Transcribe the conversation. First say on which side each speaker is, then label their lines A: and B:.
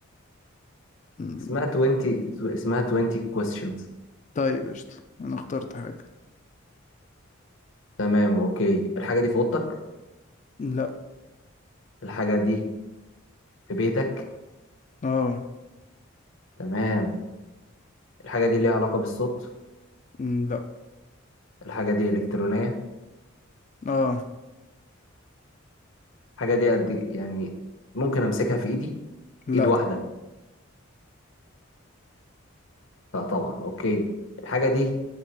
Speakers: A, on the left; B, on the left.
A: مم.
B: اسمها 20 اسمها 20 questions
A: طيب قشطة انا اخترت حاجة
B: تمام اوكي الحاجة دي في اوضتك
A: لا
B: الحاجة دي في بيتك
A: اه
B: تمام الحاجة دي ليها علاقة بالصوت
A: مم، لا
B: الحاجة دي الكترونية
A: اه
B: الحاجة دي قد يعني ممكن امسكها في ايدي
A: لا
B: ايد واحدة
A: طبعا
B: لا طبعا اوكي الحاجة دي